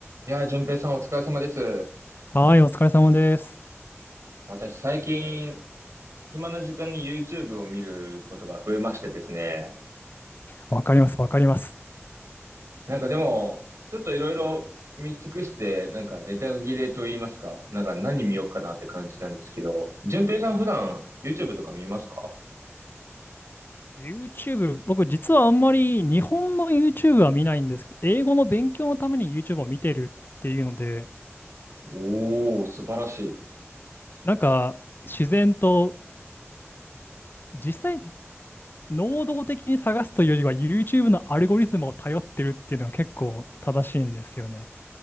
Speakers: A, on the right; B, on the left.
A: いやー、淳平さんお疲れ様です。
B: はい、お疲れ様です。
A: 私最近、暇な時間に YouTube を見ることが増えましてですね。
B: わかります、わかります。
A: なんかでも、ちょっといろいろ見尽くして、なんかネタ切れと言いますか、なんか何見ようかなって感じなんですけど、淳平さん普段 YouTube とか見ますか
B: YouTube、僕実はあんまり日本の YouTube は見ないんですけど、英語の勉強のために YouTube を見てるっていうので、
A: おー、素晴らしい。
B: なんか自然と実際能動的に探すというよりは YouTube のアルゴリズムを頼ってるっていうのが結構正しいんですよね。